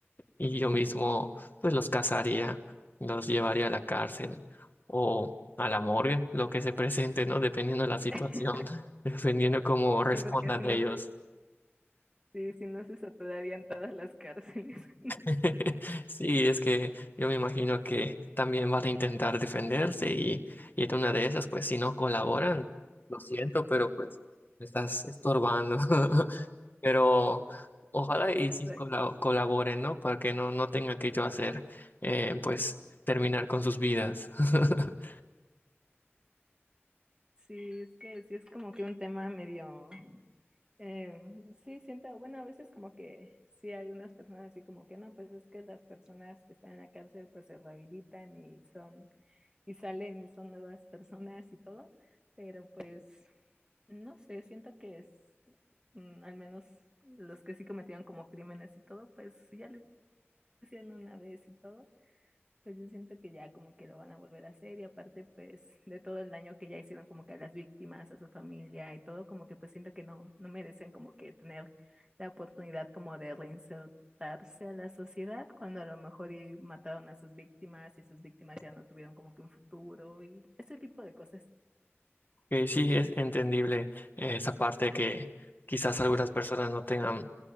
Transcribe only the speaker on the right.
Ujú.
<laughs>
Sí, porque si no
se, sí, si no se saturarían todas las cárceles. <laughs>
Sí,
exacto.
Sí, es que sí es como que un tema medio Em, sí, siento, bueno, a veces como que sí hay unas personas así como que no, pues es que las personas que están en la cárcel pues se rehabilitan y son, y salen y son nuevas personas y todo, pero pues no sé, siento que es, mm, al menos los que sí cometieron como crímenes y todo, pues sí ya lo hicieron una vez y todo, pues yo siento que ya como que lo van a volver a hacer y aparte pues de todo el daño que ya hicieron como que a las víctimas, a su familia y todo, como que pues siento que no, no merecen como que tener la oportunidad como de reinsertarse a la sociedad cuando a lo mejor y mataron a sus víctimas y sus víctimas ya no tuvieron como que un futuro y ese tipo de cosas.